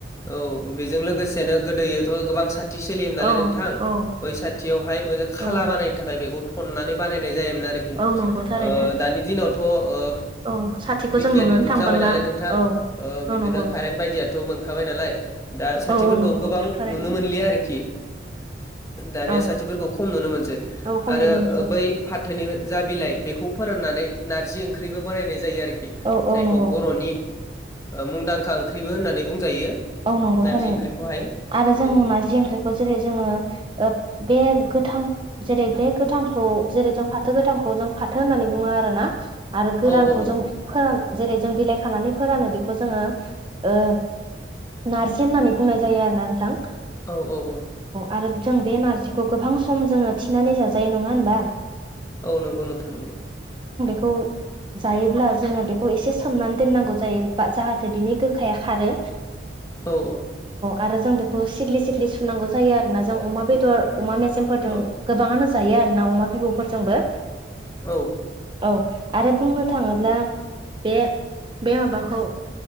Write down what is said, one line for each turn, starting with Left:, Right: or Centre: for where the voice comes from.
Left: औ बेजों लोगोसेनो गोदोथ' गोबां सा थि सोलियोमोन नालाय
Right: औ
Left: नोंथां
Right: औ
Left: बै साथियावहाय खाला
Right: औ
Left: बानायनो थाखाय बेखौ थननानै बानायनाय जायोमोन आरो रोखि
Right: औ नंगौ थारैनो
Left: ओ दानि दिनावथ' ओ
Right: औ साथिखौ
Left: बिगियाननि
Right: जों नुनोनो
Left: जुग
Right: थांबांला
Left: जाबाय नालाय नोंथां
Right: औ
Left: ओ बिदिनो
Right: औ नंगौ
Left: कारेन्ट बायदिया मोनखाबाय नालाय दा साथिफोरखौ
Right: औ औ नंगौ
Left: गोबां
Right: नोंथां थारैनो
Left: नुनो मोनलिया आरोखि दानिया
Right: औ
Left: साथिफोरखौ खम नुनो मोनसै
Right: औ खम
Left: आरो
Right: नुनो मोनसै
Left: बै फाथोनि जा बिलाइ बेखौ फोराननानै नारजि ओंख्रिबो बानायनाय जायो आरोखि
Right: औ औ
Left: जायखौ
Right: नंगौ
Left: बर'नि मुंदांखा ओंख्रिबो होननानै बुंजायो
Right: औ नंगौ
Left: नारजि
Right: थारैनो
Left: ओंख्रिखौहाय
Right: आरो जों
Left: औ
Right: नारजि ओंख्रिखौ जेरै जोङो ओ बे गोथां जेरै बे गोथांखौ जेरै जों फाथो गोथांखौ जों फाथो होननानै बुङो आरोना आरो गोरानखौ
Left: औ औ औ
Right: जों फोरान जेरै जों बिलाइ खानानै फोरानो बेखौ जोङो ओ नारजि होननानै बुंनाय जायो आरोना नोंथां
Left: औ औ औ
Right: आरो जों बे नारजिखौ गोबां सम जोङो थिनानै जाजायो नङा होनबा
Left: औ नंगौ नोंथां नंगौ
Right: खौ जायोब्ला जोङो बेखौ एसे सोमनानै दोननांगौ जायो बा जाहाथे बिनि गोखाया खारो
Left: औ औ
Right: आरो जों बेखौ सिगलि सिगलि सुनांगौ जायो आरोना जों अमा बेदर अमा मेजेमफोरजों
Left: औ
Right: गोबाङानो जायो आरोना अमा बिबुफोरजोंबो
Left: औ
Right: औ आरो बुंनो थाङोब्ला बे बे माबाखौ